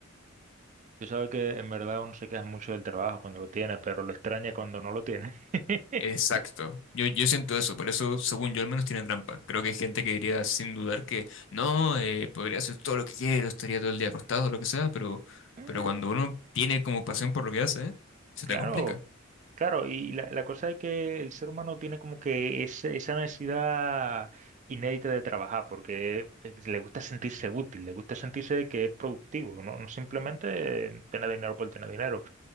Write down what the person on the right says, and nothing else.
Tú sabes que en verdad uno se queja mucho del trabajo cuando lo tiene, pero lo extraña cuando no lo tiene. <laughs>
Mm,
Claro,
claro. Y la, la cosa es que el ser humano tiene como que ese- esa necesidad inédita de trabajar, porque es- le gusta sentirse útil, le gusta sentirse de que es productivo, no, no simplemente tener dinero por tener dinero.